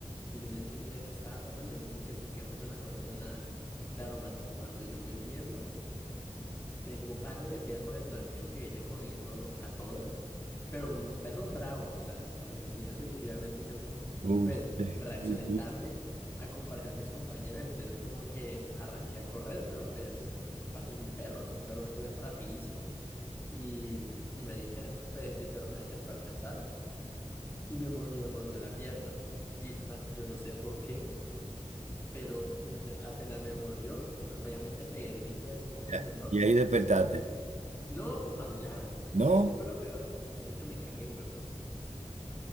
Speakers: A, on the left; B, on the right.
A: Y yo no entendía qué estaba pasando. Yo como que, ¿por qué empezaron a correr de la nada? Claro, mano, cuando yo voy viendo, tengo palo de perro detrás mío que viene corriendo a toda. Pero un perro bravo, o sea, a- así es. Y y obviamente yo como,
B: Uf.
A: pues,
B: <laughs>
A: reaccioné tarde a comparación de mis compañeros. Entonces como que arranqué a correr, pero pues, mm, parce es un perro. Esos perros corren rapidísimo. Y, y marica, pues, el perro me alcanzó a alcanzar y me, mor- y me mordió la pierna. Y ma- yo no sé por qué. Pero literal, apenas me mordió y pues, obviamente pegué el grito del fucking
B: Ya,
A: dolor.
B: Y ahí despertaste.
A: No, ojalá.
B: No,
A: ¿Sabes qué fue lo peor? Marica, me cagué, weón.